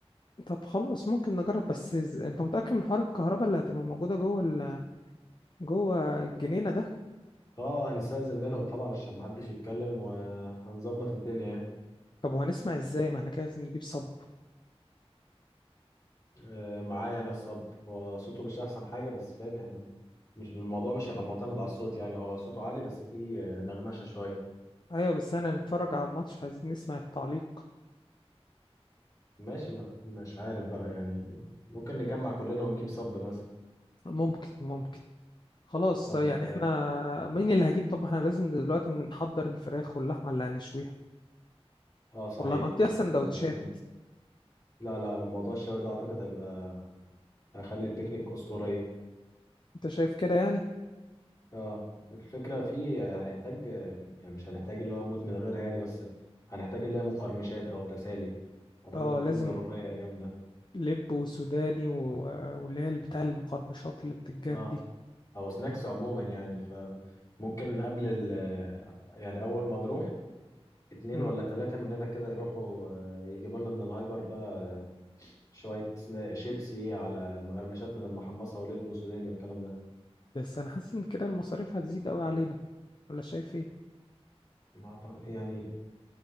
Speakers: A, on the left (about 45°); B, on the left (about 30°).
A: طب خلاص ممكن نجرب بس إز- انت متأكد من حوار الكهرباء اللي هتبقى موجودة جوه ال... جوه الجنينة ده
B: اه هنستأذن منهم طبعا عشان ما حدش يتكلم وهنظبط الدنيا يعني.
A: طب وهنسمع ازاي ما احنا كده لازم نجيب صب
B: آه، معايا انا الصب هو صوته مش احسن حاجه بس فاهم احنا مش الموضوع مش هيبقى معتمد على الصوت يعني هو صوته عالي بس فيه آه، نغمشه شويه
A: ايوه بس احنا نتفرج على الماتش فعايزين نسمع التعليق
B: ماشي ما مش عارف بقى يعني ممكن نجمع كلنا ونجيب صب مثلا
A: ممكن ممكن خلاص
B: طب
A: يعني
B: اه
A: احنا مين اللي هجيب طب احنا لازم دلوقتي نحضر الفراخ واللحمه اللي هنشويها
B: آه، صحيح
A: ولا نقضيها سندوتشات
B: آه لازم لا لا موضوع الشوي ده اعتقد هيبقى هيخلي البيكنيك اسطورية
A: انت شايف كده يعني
B: اه الفكرة فيه آه، هنحتاج آه، يعني مش هنحتاج اللي هو نموت من غيرها يعني بس هنحتاج اللي هي مقرمشات او تسالي اعتقد
A: اه
B: هتكون
A: لازم
B: ضرورية اليوم ده
A: لب وسوداني و- واللي هي بتاع المقرمشات اللي بتتجاب
B: اه
A: دي
B: او سناكس عموما يعني فممكن قبل ال يعني اول ما نروح اتنين
A: مم.
B: ولا تلاتة مننا كده يروحوا آه، يجيبوا لنا من الهايبر بقى آه، شوية سنا- شيبسي على مقرمشات من المحمصة ولب وسوداني والكلام ده
A: بس انا حاسس ان كده المصاريف هتزيد قوي علينا ولا شايف ايه
B: ما أعتقد يعني